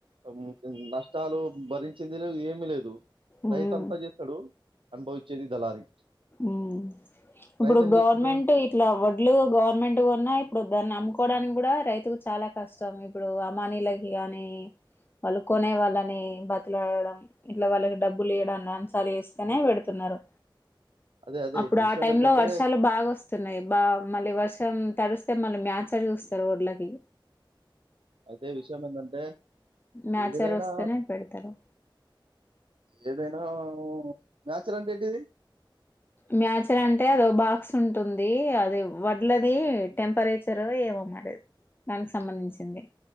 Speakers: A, on the right; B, on the left.
A: ఉమ్ హా నష్టాలు భరించింది లేదు ఏమి లేదు
B: ఉమ్
A: రైతు అంతా చేస్తడు అనుభవచ్చేది దళారి
B: ఉమ్ ఇప్పుడు
A: రైతు ఏం
B: గవర్నమెంట్
A: చేసుకుంటాడు?
B: ఇట్లా వడ్లు గవర్నమెంట్ కోన్నా ఇప్పుడు దాన్ని నమ్ముకోవడానికి కూడా రైతుకు చాలా కష్టం ఇప్పుడు అమానీలకి కాని వాళ్ళు కొనే
A: హ్మ్.
B: వాళ్ళని బతులుడడం ఇట్లా వాళ్ళకి డబ్బులు ఇయడంసలాస్తేనే పెడుతున్నారు
A: అదే అదే
B: అప్పుడు
A: విషయం
B: ఆ టైంలో
A: ఏందంటే
B: వర్షాలు బాగా వస్తున్నాయి బా మళ్ళీ వర్షం తడుస్తే మళ్ళీ మ్యాచర్ చూస్తరు వడ్ళకి
A: అదే విషయం ఏంటంటే
B: మ్యాచర్
A: ఏదైనా
B: వస్తేనే పెడతారు
A: ఏదైనా మ్యాచర్ అంటేంటిది
B: మ్యాచర్ అంటే అదోబాక్స్ ఉంటుంది అది వడ్లది టెంపరేచర్ ఏమ ఉమ్మటెత్ దానికి సంబంధించింది